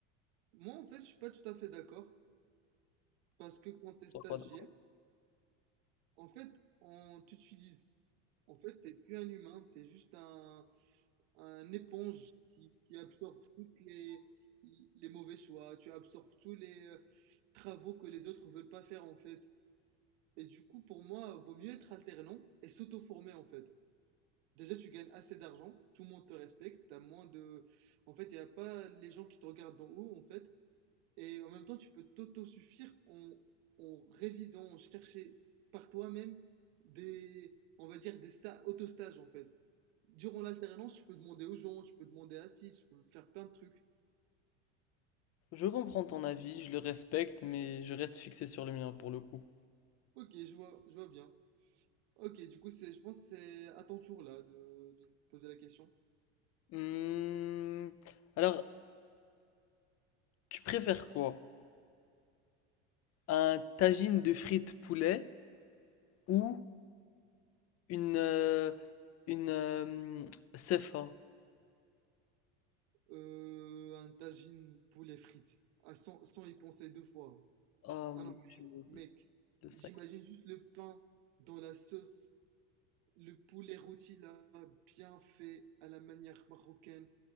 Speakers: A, on the right; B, on the left.
A: Moi, en fait, je suis pas tout à fait d'accord parce que quand t'es
B: Ça,
A: stagiaire,
B: voilà.
A: en fait, on t'utilise. En fait, t'es plus un humain, t'es juste un, un éponge qui, qui absorbe toutes les, les mauvais choix, tu absorbes tous les euh, travaux que les autres veulent pas faire en fait. Et du coup, pour moi, vaut mieux être alternant et s'auto-former en fait. Déjà, tu gagnes assez d'argent, tout le monde te respecte, t'as moins de... En fait, il n'y a pas les gens qui te regardent d'en haut en fait. Et en même temps, tu peux t'auto-suffire en, en révisant, en chercher par toi-même des, on va dire, des sta- auto-stages en fait durant l'alternance, tu peux demander aux gens, tu peux demander assis, tu peux faire plein de trucs.
B: Je comprends ton avis, je le respecte, mais je reste fixé sur le mien pour le coup.
A: Ok, je vois, je vois bien. Ok, du coup, c'est, je pense que c'est à ton tour là de, de poser la question.
B: Hmm. Alors, Tu préfères quoi? Un tagine de frites poulet ou une euh, une euh, CFA?
A: Euh, un tagine poulet frites. Ah, sans, sans y penser deux fois.
B: Oh mon
A: Ah non, mais,
B: Dieu,
A: mec,
B: le sac.
A: j'imagine juste le pain dans la sauce, le poulet rôti là, bien fait, à la manière marocaine.